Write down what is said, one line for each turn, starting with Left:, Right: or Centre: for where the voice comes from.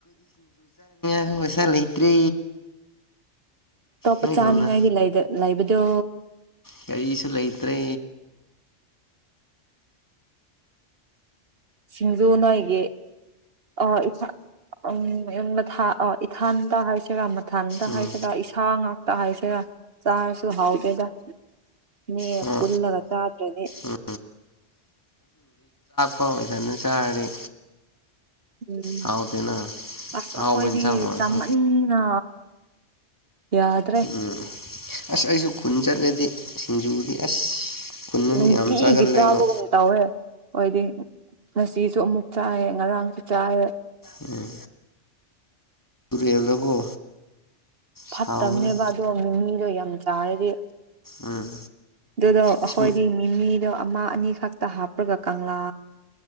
Left: ꯑꯗꯨ ꯄꯩꯁꯥ ꯂꯩꯇ꯭ꯔꯦ
Right: ꯑꯇꯣꯞꯄ
Left: ꯅꯣꯏꯒꯨꯝꯅ
Right: ꯆꯥꯅꯤꯡꯉꯥꯏꯗꯤ ꯂꯩꯗ ꯂꯩꯕꯗꯣ
Left: ꯀꯔꯤꯁꯨ ꯂꯩꯇ꯭ꯔꯦ
Right: ꯁꯤꯡꯖꯨ ꯅꯣꯏꯒꯤ ꯑꯣ ꯏꯊ ꯎꯝ ꯃꯊꯥ ꯏꯊꯥꯟꯗ ꯍꯥꯏꯁꯤꯔ ꯏꯊꯟꯗ
Left: ꯎꯝ
Right: ꯍꯥꯏꯁꯤꯔ ꯏꯁꯥ ꯉꯥꯛꯇ ꯍꯥꯏꯁꯤꯔꯥ ꯆꯥꯔꯁꯨ ꯍꯥꯎꯇꯦꯗ ꯃꯤ
Left: ꯍꯣꯏ
Right: ꯄꯨꯜꯂꯒ ꯆꯥꯇ꯭ꯔꯗꯤ
Left: ꯎꯝ ꯄꯥꯎꯒꯤ ꯁꯟꯗꯣ ꯆꯥꯔꯗꯤ
Right: ꯎꯝ
Left: ꯍꯥꯎꯇꯦꯅ
Right: ꯑꯁ
Left: ꯑꯍꯥꯎꯕ
Right: ꯑꯩꯈꯣꯏꯗꯤ
Left: ꯏꯟꯁꯥꯡ ꯑꯣꯏꯔꯁꯨ
Right: ꯆꯥꯃꯟꯗꯅ ꯌꯥꯗ꯭ꯔꯦ
Left: ꯎꯝ ꯑꯁ ꯑꯩꯁꯨ ꯈꯨꯟ ꯆꯠꯂꯗꯤ ꯁꯤꯡꯖꯨꯗꯤ ꯑꯁ ꯈꯨꯟꯗꯁꯨ
Right: ꯅꯨꯡꯇꯤꯒꯤ
Left: ꯌꯥꯝ ꯆꯥꯒꯜꯂꯦꯕ
Right: ꯆꯥꯕꯒꯨꯝ ꯇꯧꯋꯦ ꯑꯩꯈꯣꯏꯗꯤ ꯉꯁꯤꯁꯨ ꯑꯃꯨꯛ ꯆꯥꯏꯑꯦ ꯉꯔꯥꯡꯁꯨ ꯆꯥꯏꯌꯦ
Left: ꯎꯝ ꯇꯨꯔꯦꯜꯗꯀꯣ
Right: ꯐꯠꯇꯕꯅꯦꯕ
Left: ꯁꯥꯎꯕꯅꯦ
Right: ꯑꯗꯣ ꯃꯤꯃꯤꯗꯣ ꯌꯥꯝ ꯆꯥꯔꯗꯤ
Left: ꯎꯝ
Right: ꯑꯗꯨꯗꯣ
Left: ꯑꯁ
Right: ꯑꯩꯈꯣꯏꯗꯤ ꯃꯤꯃꯤꯗꯣ ꯑꯃ ꯑꯅꯤ ꯈꯛꯇ ꯍꯥꯞꯔꯒ ꯀꯪꯂꯥ